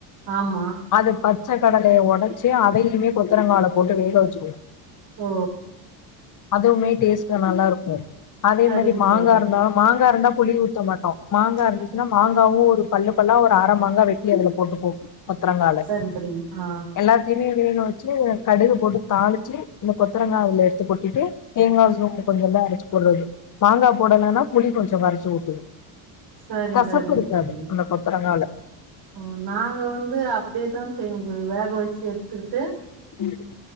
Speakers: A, on the right; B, on the left.
A: ஆமா
B: அது பச்ச கடலைய ஒடச்சு அதையுமே கொத்தரங்கால போட்டு வேக வச்சுருவோ
A: ஓ
B: அதுவுமே டேஸ்ட்டு நல்லா இருக்கு அதே
A: சரிங்க
B: மாரி மாங்கா
A: தோழி
B: இருந்தா மாங்கா இருந்தா புளி ஊத் த மாட்டோ மாங்கா இருந்துச்சுன்னா
A: ஆ,
B: மாங்காவு ஒரு பல்லு பல்லா ஒரு அர மாங்கா வெட்டி அதுல போட்டுபோ கொத்தரங்கால
A: சரிங்க சரிங்க ஆ
B: எல்லாத்தையுமே வேக வச்சு கடுகு போட்டு தாளிச்சு இந்த கொத்தரங்கா அதுல எடுத்து கொட்டிட்டு தேங்கா சு கொஞ்சமா அரச்சு போற்றது மாங்கா போடலனா புளி கொஞ்ச கரச்சு ஊத்துவோ
A: சரிங்க
B: கசப்பு
A: சரிங்க
B: இருக்காது
A: தோழி
B: அந்த கொத்தரங்கால
A: ஓ நாங்க வந்து அப்படியேதா தெயு வேக வச்சு எடுத்துட்டு
B: ம்